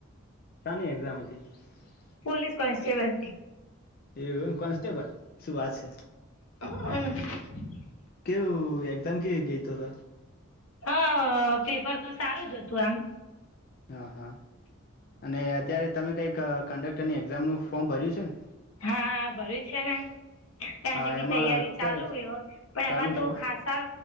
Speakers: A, on the left; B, on the left.
A: શાની <inaudible>
B: પોલીસ કોન્સ્ટેબલ
A: એવું એમ કોન્સ્ટેબલ શું વાત છે.
B: <unintelligible>
A: કેવું એક્ઝામ કેવી ગય તો ત
B: હ પેપર તો સારું જ હતું આમ
A: હા હા અને અત્યારે તમે કઈક કંડક્ટર ની એક્ઝામ નું ફોર્મ ભર્યું છે ને
B: હા ભર્યું છે ને એની
A: હા
B: બી
A: એમાં
B: તૈયારી ચાલુ
A: ક્યારે
B: હોય પણ એમાં
A: ચાલુ
B: તો
A: છે
B: ખાસા